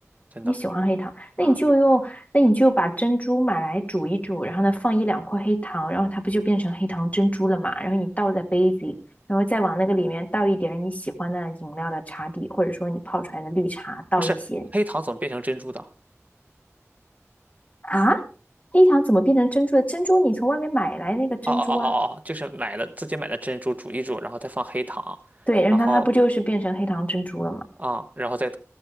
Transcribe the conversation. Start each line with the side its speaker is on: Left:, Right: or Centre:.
Right: 真的，
Left: 你喜欢黑糖，
Right: 嗯，
Left: 那你就用，那你就把珍珠买来煮一煮，然后呢放一两块黑糖，然后它不就变成黑糖珍珠了嘛？然后你倒在杯子里，然后再往那个里面倒一点你喜欢的饮料的茶底，或者说你泡出来的绿茶倒一些
Right: 不是黑糖怎么变成珍珠的？
Left: 啊。黑糖怎么变成珍珠的？珍珠你从外面买来那个珍珠啊，
Right: 哦哦哦哦哦，就是买的自己买的珍珠煮一煮，然后再放黑糖，
Left: 对，然后它它不就是变成黑糖珍珠了吗？
Right: 然后啊，然后再